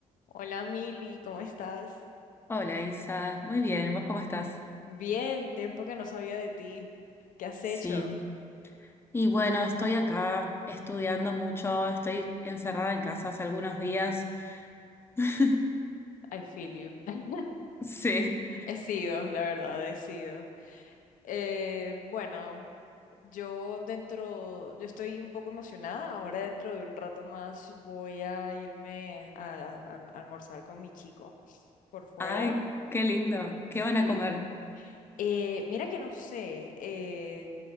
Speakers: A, on the left; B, on the left.
A: Hola Mili, ¿cómo estás?
B: Hola Isa, muy bien, ¿vos cómo estás?
A: Bien, tiempo que no sabía de ti. ¿Qué has
B: Sí,
A: hecho?
B: y bueno, estoy acá estudiando mucho, estoy encerrada en casa hace algunos días. <laughs>
A: I feel you. <laughs>
B: Sí,
A: He sido, la verdad, he sido. Eh, bueno, yo dentro, yo estoy un poco emocionada. Ahora dentro de un rato más voy a irme a, la- a almorzar con mi chico por fuera.
B: ay, qué lindo,
A: Sí.
B: ¿qué van a comer?
A: Eh, mira que no sé, eh,